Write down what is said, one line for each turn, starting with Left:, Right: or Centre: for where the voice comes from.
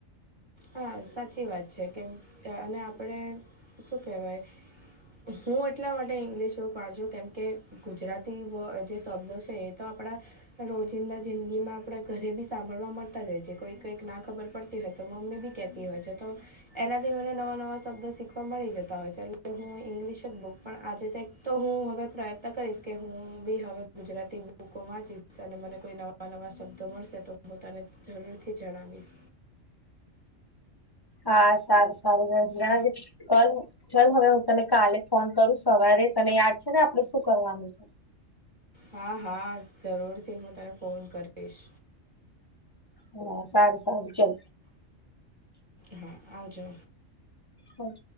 Right: હા, સાચી વાત છે, કેમ અને આપણે શું કહેવાય? હું એટલા માટે ઈંગ્લિશ બુક વાંચુ, કેમ કે, ગુજરાતી જે શબ્દ છે એ તો આપણા રોજિંદા જિંદગી માં આપડા ઘરે બી સાંભળવા મળતા જ હોય છે, કોઈ કંઈક ના ખબર પડતી હોય, તો મમ્મી બી હોય, તો એનાથી મને નવા નવા શબ્દ શીખવા મળી જતા હોય છે. ઇંગ્લિશ જ બુક પણ આજે તો, હું હવે પ્રયત્ન કરીશ કે, હું બી હવે ગુજરાતી બુકો માં જ, અને મને કોઈ નવા નવા શબ્દો મળશે તો, હું તને જરૂર થી જણાવીશ.
Left: હા, સારું, સારું, ચલ. હવે હું તમે કાલે ફોન કરું, સવારે તને યાદ છે ને? આપડે શું કરવાનું છે?
Right: હા, હા, જરૂરથી. હું તને ફોન કરીશ.
Left: હા, સારું, સારું, ચલ.
Right: હા, આવજો.
Left: હ.